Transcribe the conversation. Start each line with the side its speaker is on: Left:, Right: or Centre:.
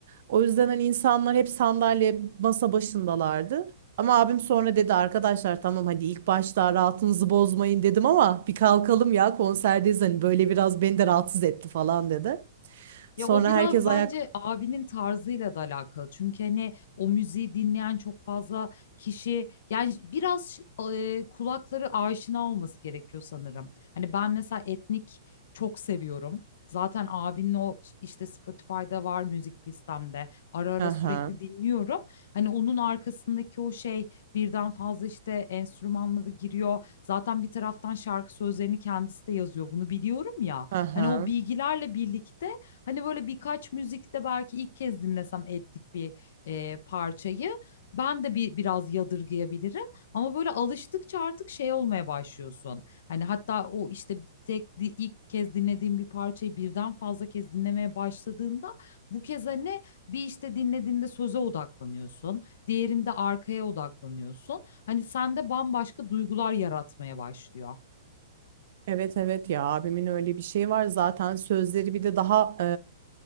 Right: O yüzden hani insanlar hep sandalye, masa başındalardı. Ama abim sonra dedi arkadaşlar tamam hadi ilk başta rahatınızı bozmayın dedim ama bir kalkalım ya konserdeyiz hani böyle biraz beni de rahatsız etti falan dedi. Sonra
Left: Ya o biraz
Right: herkes
Left: bence
Right: ayak...
Left: abinin tarzıyla da alakalı. Çünkü hani o müziği dinleyen çok fazla kişi yani biraz e, kulakları aşina olması gerekiyor sanırım. Hani ben mesela etnik çok seviyorum. Zaten abinin o işte Spotify'da var müzik listemde. Ara ara
Right: Hı
Left: sürekli
Right: hı.
Left: dinliyorum. Hani onun arkasındaki o şey birden fazla işte enstrümanla da giriyor. Zaten bir taraftan şarkı sözlerini kendisi de yazıyor. Bunu biliyorum ya.
Right: Hı hı.
Left: Hani o bilgilerle birlikte Hani böyle birkaç müzikte belki ilk kez dinlesem ettik bir e, parçayı ben de bir biraz yadırgayabilirim ama böyle alıştıkça artık şey olmaya başlıyorsun. Hani hatta o işte tek di- ilk kez dinlediğim bir parçayı birden fazla kez dinlemeye başladığında bu kez hani bir işte dinlediğinde söze odaklanıyorsun, diğerinde arkaya odaklanıyorsun. Hani sende bambaşka duygular yaratmaya başlıyor.
Right: Evet evet ya abimin öyle bir şeyi var zaten sözleri bir de daha